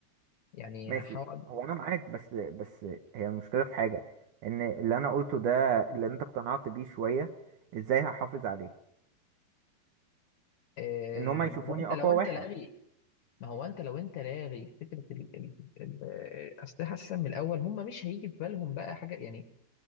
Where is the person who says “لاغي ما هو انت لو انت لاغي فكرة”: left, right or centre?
Left